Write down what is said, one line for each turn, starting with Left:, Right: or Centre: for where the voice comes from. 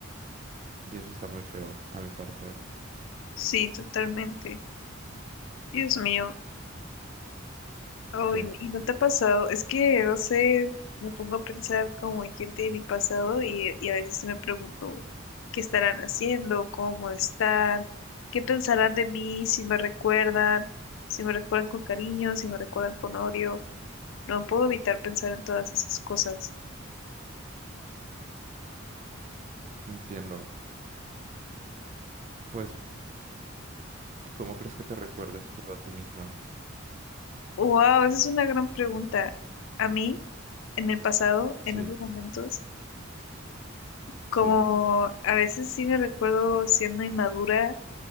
Right: Y eso está muy feo, a mi parecer.
Left: sí, totalmente. Dios mío, oh,
Right: ¿Qué?
Left: y, y no te ha pasado, es que no sé, me pongo a pensar como en gente de mi pasado y, y a veces sí me pregunto qué estarán haciendo, cómo están, qué pensarán de mí, si me recuerdan, si me recuerdan con cariño, si me recuerdan con odio. No puedo evitar pensar en todas esas cosas.
Right: Entiendo. Pues, ¿cómo crees que te recuerdes tú a ti misma?
Left: Wow, esa es una gran pregunta. A mí, en el pasado,
Right: Sí,
Left: en esos momentos, como
Right: sí,
Left: a veces sí me recuerdo siendo inmadura